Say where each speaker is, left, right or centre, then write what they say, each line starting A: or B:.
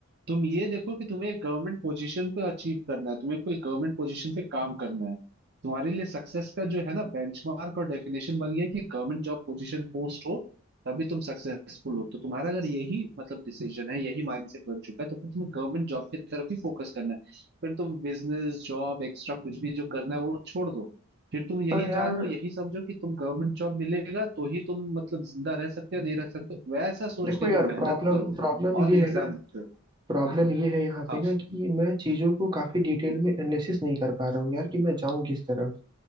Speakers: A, on the right; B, on the right.
A: तुम ये देखो कि तुम्हें एक गवर्नमेंट पोजीशन पे अचीव करना है तुम्हें कोई गवर्नमेंट पोजीशन पे काम करना है तुम्हारे लिए सक्सेस का जो है ना बेंचमार्क और डेफिनेशन बन गया है कि गवर्नमेंट जॉब पोजीशन पोस्ट हो तभी तुम सक्सेसफुल हो तो तुम्हारा अगर यही मतलब डिसीजन है यही माइंडसेट बन चुका है तो फिर तुम्हें गवर्नमेंट जॉब की तरफ ही फोकस करना है फिर तुम बिजनेस जॉब एक्स्ट्रा कुछ भी जो करना है वो छोड़ दो फिर तुम यही
B: पर यार
A: जानो यही समझो कि तुम गवर्नमेंट जॉब मिलेगा तो ही तुम मतलब जिंदा रह सकते हो नहीं रह सकते हो वैसा सोच
B: देखो
A: के
B: यार
A: तुम मेहनत
B: प्रॉब्लम
A: करो
B: प्रॉब्लम ये
A: और एग्जाम
B: है ना
A: दो
B: प्रॉब्लम ये है यहाँ
A: हाँ
B: पे ना कि मैं चीज़ों को काफ़ी डिटेल में एनालिसिस नहीं कर पा रहा हूँ यार कि मैं जाऊँ किस तरफ